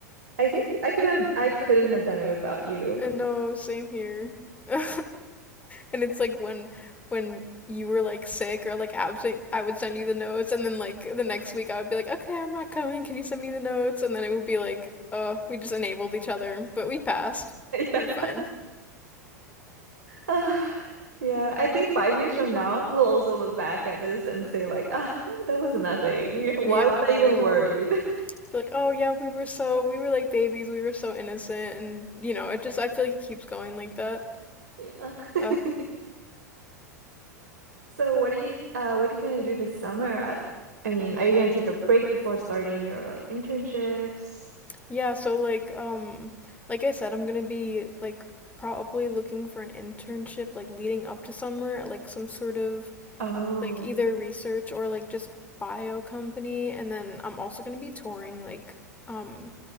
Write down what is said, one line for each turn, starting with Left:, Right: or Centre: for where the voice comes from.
Right: I think I could have I couldn't have done it without you.
Left: And no, same here. <laughs>
Right: Yeah. <laughs>
Left: And it's like when when you were like sick or like absent, I would send you the notes, and then like the next week I would be like, okay, I'm not coming. Can you send me the notes? And then it would be like, oh, we just enabled each other, but we passed.
Right: Yeah.
Left: We were fine.
Right: Ah, yeah. I think five years from now, we'll also look back at this and say like, ah, that was nothing. <laughs> Why
Left: Yeah.
Right: was
Left: Um,
Right: I even worried? <laughs>
Left: be like, oh yeah, we were so we were like babies. We were so innocent, and you know, it just I feel like it keeps going like that.
Right: Yeah. <laughs>
Left: Uh,
Right: So what are you uh what are you gonna do this summer? I, I mean, are you gonna take a break before starting your like internships?
Left: yeah. So like um, like I said, I'm gonna be like probably looking for an internship like leading up to summer at like some sort of
Right: Oh,
Left: like either research or like just bio company and then I'm also going to be touring like um